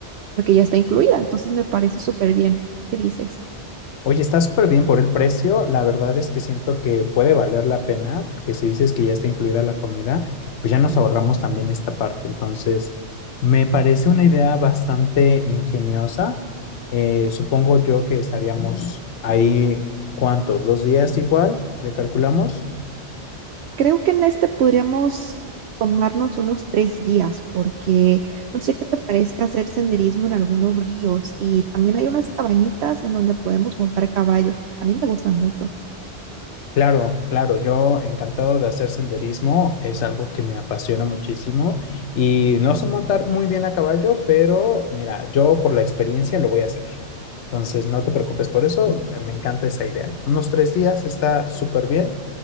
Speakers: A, on the right; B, on the left.
A: porque ya está incluida, entonces me parece súper bien. ¿Qué dices?
B: Oye, está súper bien por el precio. La verdad es que siento que puede valer la pena, porque si dices que ya está incluida la comida, pues ya nos ahorramos también esta parte. Entonces, me parece una idea bastante ingeniosa. Eh, supongo yo que estaríamos ahí, ¿cuántos? ¿Dos días igual? ¿Le calculamos?
A: Creo que en este podríamos tomarnos unos tres días, porque no sé qué te parezca hacer senderismo en algunos ríos y también hay unas cabañitas en donde podemos montar caballo. A mí me gustan mucho.
B: Claro, claro, yo encantado de hacer senderismo, es algo que me apasiona muchísimo y no sé montar muy bien a caballo, pero mira, yo por la experiencia lo voy a hacer. Entonces, no te preocupes por eso, me me encanta esa idea. Unos tres días está súper bien